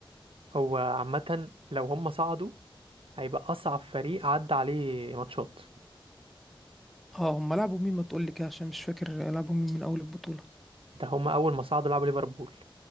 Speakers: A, on the right; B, in the centre.
A: هو عامه لو هم صعدوا هيبقى اصعب فريق عدى عليه ماتشات
B: اه هم لعبوا مين ما تقول لي كده عشان مش فاكر لعبوا مين من اول البطولة
A: ده هم اول ما صعدوا لعبوا ليفربول